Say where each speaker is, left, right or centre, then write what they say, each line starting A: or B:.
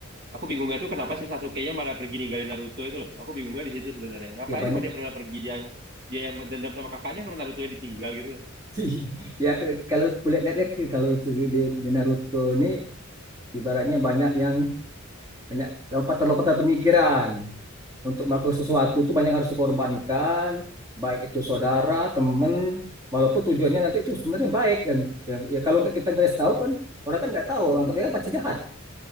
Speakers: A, on the right; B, on the right.
A: aku bingungnya tuh kenapa sih Sasuke-nya malah pergi ninggalin Naruto itu loh. Aku bingungnya di situ sebenarnya. Ngapain
B: ya banyak
A: kalau dia pernah pergi dia yang dia yang dendam sama kakaknya kalau Naruto yang ditinggal gitu loh.
B: <laughs> Ya kalau kulit lihatnya ke- kalau itu di, di Naruto ini ibaratnya banyak yang banyak lompatan-lompatan pemikiran untuk melakukan sesuatu itu banyak yang harus dikorbankan baik itu saudara teman walaupun tujuannya nanti itu sebenarnya baik yang yang ya kalau nggak kita guys tahu kan orang kan nggak tahu anggapnya kan pasti jahat